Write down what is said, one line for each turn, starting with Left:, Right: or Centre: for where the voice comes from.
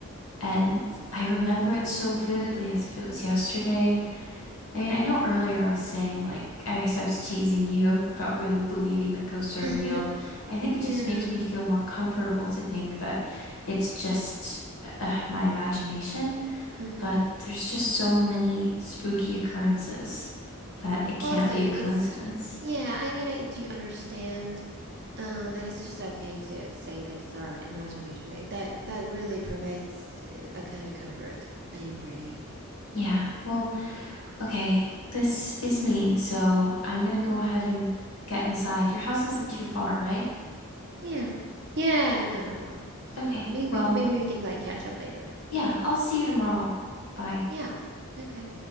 Left: And I remember it so vividly as if it was yesterday. I mean, I know earlier I was saying, like, I guess I was teasing you about really believing that ghosts are
Right: <laughs>
Left: real. I think it
Right: Yeah.
Left: just makes me feel more comfortable to think that it's just uh, my imagination.
Right: Mm-hmm.
Left: But there's just so many spooky occurrences that it can't
Right: Well, it's a,
Left: be a coincidence.
Right: it's yeah, I mean, I do understand uh that it's just okay to say that it's our imagination. It- That that really provides uh, a kind of comfort. I agree.
Left: Yeah, well. Okay, this is me, so I'm gonna go ahead and get inside. Your house isn't too far, right?
Right: Yeah. Yeah, no, no, no. It's
Left: Okay,
Right: not. Maybe
Left: well,
Right: maybe we can like catch up later.
Left: yeah, I'll see you tomorrow. Bye.
Right: Yeah. Okay.